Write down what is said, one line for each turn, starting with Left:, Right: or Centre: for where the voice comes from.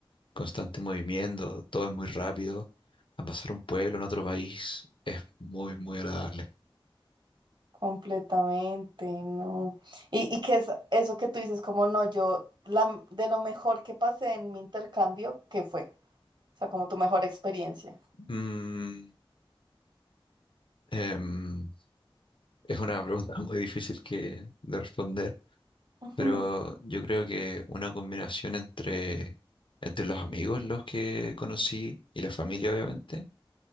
Left: constante movimiento, todo es muy rápido, a pasar un pueblo en otro país, es muy, muy agradable.
Right: Completamente, no. Y, y que es eso que tú dices, como no, yo, la, de lo mejor que pasé en mi intercambio, ¿qué fue? O sea, como tu mejor experiencia.
Left: Mm, em, Es una pregunta <laughs> muy difícil que, de responder,
Right: Ujú.
Left: pero yo creo que una combinación entre, entre los amigos, los que conocí, y la familia, obviamente,